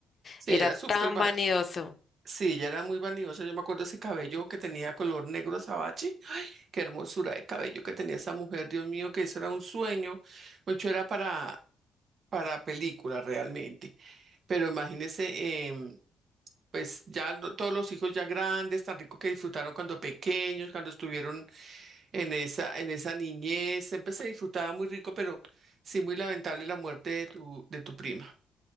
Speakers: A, on the right; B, on the left.
A: Sí,
B: Era
A: era
B: tan
A: súper, va-
B: vanidoso.
A: sí, ella era muy vanidosa. Yo me acuerdo ese cabello que tenía color negro azabache. Qué hermosura de cabello que tenía esa mujer, Dios mío, que eso era un sueño. Mucho era para, para película realmente. Pero imagínese, em, pues ya lo- todos los hijos ya grandes, tan rico que disfrutaron cuando pequeños, cuando estuvieron en esa, en esa niñez. Siempre se disfrutaba muy rico, pero sí muy lamentable la muerte de tu, de tu prima.